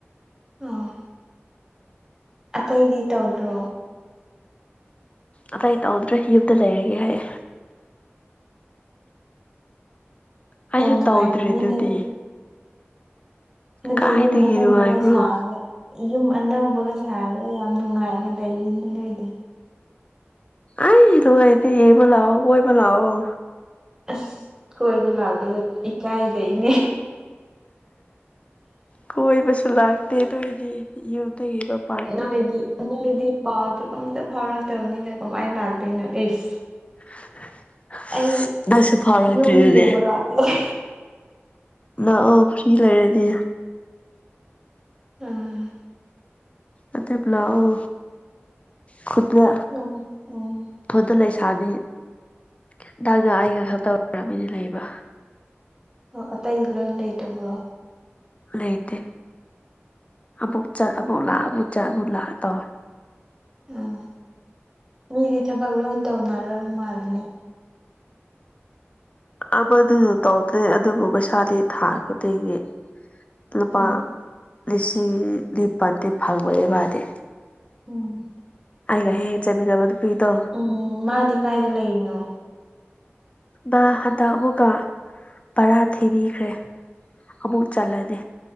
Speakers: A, on the right; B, on the left.
A: ꯑ ꯑꯇꯩꯗꯤ ꯇꯧꯗ꯭ꯔꯣ
B: ꯑꯇꯩ ꯇꯧꯗ꯭ꯔꯦ ꯌꯨꯝꯗ ꯂꯩꯔꯒꯦ ꯍꯥꯏꯌꯦ ꯑꯩꯁꯨ
A: ꯌꯥꯝ ꯅꯨꯡꯉꯥꯏꯔꯝꯅꯤꯅꯦ
B: ꯇꯧꯗ꯭ꯔꯤꯗꯨꯗꯤ
A: ꯅꯠꯇꯦ
B: ꯀꯥꯏꯗꯒꯤ
A: ꯌꯨꯝ ꯑꯅꯧꯕꯒ
B: ꯅꯨꯡꯉꯥꯏꯕ꯭ꯔꯣ
A: ꯁꯥꯔꯒ ꯌꯨꯝ ꯑꯅꯧꯕꯒ ꯁꯥꯔꯒ ꯌꯥꯝ ꯅꯨꯡꯉꯥꯏꯅ ꯂꯩꯔꯤꯅꯤ ꯅꯣꯏꯗꯤ
B: ꯑꯥꯢ ꯅꯨꯡꯉꯥꯢꯇꯦ ꯌꯦꯡꯕ ꯂꯥꯛꯑꯣ ꯀꯣꯏꯕ ꯂꯥꯛꯑꯣ
A: ꯑꯁ ꯀꯣꯏꯕ ꯂꯥꯛꯄꯗꯣ ꯏꯀꯥꯏꯖꯩꯅꯦ
B: ꯀꯣꯏꯕꯁꯨ ꯂꯥꯛꯇꯦ ꯅꯣꯏꯗꯤ ꯌꯨꯝꯗꯒꯤꯒꯞ
A: ꯅꯣꯏꯗꯤ ꯅꯩꯒꯤꯗꯤ ꯄꯥꯎꯗꯨ ꯑꯝꯇ ꯐꯥꯎꯔꯛꯇꯕꯅꯤꯅ ꯀꯃꯥꯏ ꯂꯥꯛꯇꯣꯏꯅꯣ ꯑꯩꯁ
B: <inaudible>
A: ꯑꯩ
B: ꯅꯪꯁꯨ ꯐꯥꯎꯔꯛꯇ꯭ꯔꯤꯗꯨꯗꯤ
A: ꯌꯨꯝ ꯌꯦꯡꯕ ꯂꯥꯛꯀ‌ꯦ
B: ꯅꯥꯛꯑꯣ ꯐ꯭ꯔꯤ ꯂꯩꯔꯗꯤ
A: ꯎꯝ
B: ꯑꯗꯤꯞ ꯂꯥꯛꯑꯣ ꯈꯨꯨꯟꯗ
A: ꯅꯣꯝ ꯑꯣ
B: ꯐꯣꯟꯗ ꯂꯩꯁꯥꯕꯤ ꯈꯤꯇꯒ ꯑꯩꯒ ꯈꯛꯇ <unintelligible> ꯂꯩꯕꯥ
A: ꯑꯣ ꯑꯇꯩ ꯂꯣꯏ ꯂꯩꯇꯕ꯭ꯔꯣ
B: ꯂꯩꯇꯦ ꯑꯃꯨꯛ ꯆꯠ ꯑꯃꯨꯛ ꯂꯥꯛ ꯑꯃꯨꯛ ꯆꯠ ꯑꯃꯨꯛ ꯂꯥꯛ ꯇꯧꯋꯦ
A: ꯎꯝ ꯃꯤꯗꯤ ꯊꯕꯛ ꯂꯣꯏ ꯇꯧꯅꯔꯕ ꯃꯥꯜꯂꯤꯅꯦ
B: ꯑꯃꯗꯨꯖꯨ ꯇꯧꯗ‌꯭ꯔꯦ ꯑꯗꯨꯕꯨ ꯄꯩꯁꯥꯗꯤ ꯊꯥ ꯈꯨꯗꯤꯡꯒꯤ ꯂꯨꯄꯥ
A: ꯎꯝ
B: ꯂꯤꯁꯤꯡ ꯅꯤꯄꯥꯟꯗꯤ ꯐꯪꯕꯅꯤ ꯃꯥꯗꯤ
A: ꯎꯝ
B: ꯑꯩꯒ ꯍꯦꯛ ꯍꯦꯛ ꯆꯠꯃꯤꯟꯅ ꯅꯨꯄꯤꯗꯣ
A: ꯎꯝ ꯃꯥꯗꯤ ꯀꯥꯏꯗ ꯂꯩꯔꯤꯅꯣ
B: ꯃꯥ ꯍꯟꯗꯛ ꯑꯃꯨꯛꯀ ꯕꯔꯥ ꯊꯤꯕꯤꯈ꯭ꯔꯦ ꯑꯃꯨꯛ ꯆꯠꯂꯅꯤ